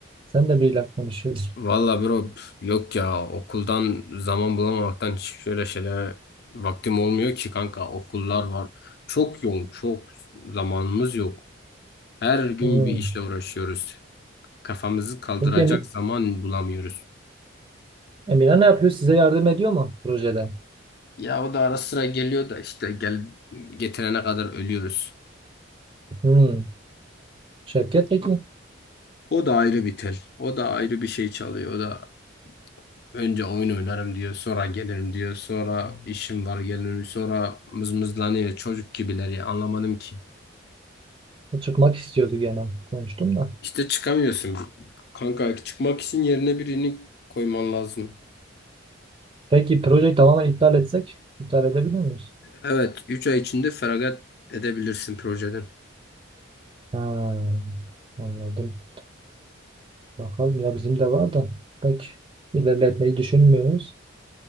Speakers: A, on the right (about 25°); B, on the left (about 50°).
A: Sen de biriyle konuşuyordun.
B: Valla bro pf, yok ya okuldan zaman bulamamaktan hiç şöyle şeylere vaktim olmuyor ki kanka okullar var. Çok yoğun çok zamanımız yok. Her gün
A: Hmm.
B: bir işle uğraşıyoruz. Kafamızı kaldıracak
A: Peki Emi-
B: zaman bulamıyoruz.
A: Emine ne yapıyor? Size yardım ediyor mu projede?
B: Ya o da ara sıra geliyor da işte gel getirene kadar ölüyoruz.
A: Hmm. Şevket peki?
B: O da ayrı bir tel. O da ayrı bir şey çalıyor. O da önce oyun oynarım diyor, sonra gelirim diyor, sonra işim var gelirim, sonra mızmızlanıyor. Çocuk gibiler ya anlamadım ki.
A: O Çıkmak istiyordu gene. Konuştum da.
B: İşte çıkamıyorsun. Kanka çıkmak için yerine birini koyman lazım.
A: Peki projeyi tamamen iptal etsek? İptal edebilir miyiz?
B: Evet, 3 ay içinde feragat edebilirsin projeden.
A: Ha, anladım. Bakalım ya bizim de var da. Peki ilerletmeyi düşünmüyoruz.